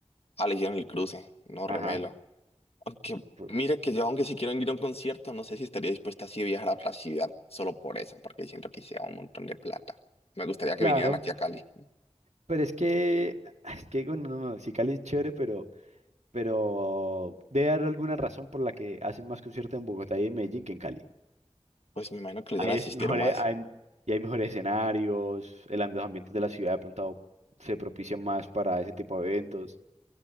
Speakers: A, on the left; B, on the right.
A: Ah, le hicieron el cruce. No,
B: Ajá.
A: remelo. Aunque,
B: fue-
A: mira que yo, aunque si quiero ir a un concierto, no sé si estaría dispuesta así a viajar a otra ciudad solo por eso, porque siento que sea un montón de plata. Me gustaría que
B: Claro.
A: vinieran aquí a Cali.
B: Pero es que, <laughs> es que, bueno, no, no, sí Cali es chévere, pero, pero debe haber alguna razón por la que hacen más conciertos en Bogotá y en Medellín que en Cali.
A: Pues me imagino que les
B: Ahí
A: van a asistir
B: es mejor,
A: más.
B: eh, hay- y hay mejores escenarios, el, am- los ambientes de la ciudad de pronto se propician más para ese tipo de eventos.